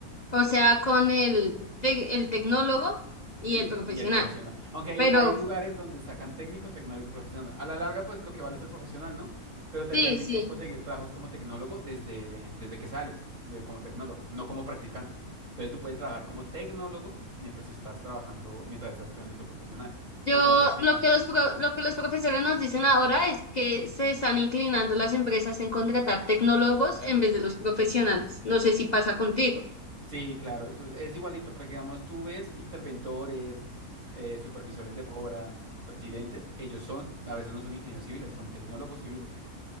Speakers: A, on the left; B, on the right.
A: O sea, con el, tec- el tecnólogo y
B: Sí,
A: el profesional.
B: y el profesional. Aunque hay,
A: Pero
B: hay lugares donde sacan técnico, tecnólogo y profesional. A la larga, pues lo que vale es el profesional, ¿no? Pero te
A: sí,
B: permite
A: sí.
B: conseguir trabajos como tecnólogo desde, desde que sales, de, como tecnólogo, no como practicante. Entonces tú puedes trabajar como tecnólogo mientras estás trabajando, mientras estás estudiando tu profesional,
A: Yo
B: no como practicante.
A: lo que los pro- lo que los profesores nos dicen ahora es que se están inclinando las empresas en contratar tecnólogos en vez de los profesionales. No sé si pasa contigo.
B: Sí, claro, eso es igualito, porque digamos, tú ves interventores, eh, supervisores de obra, residentes, ellos son, a veces no son ingenieros civiles, son tecnólogos civiles.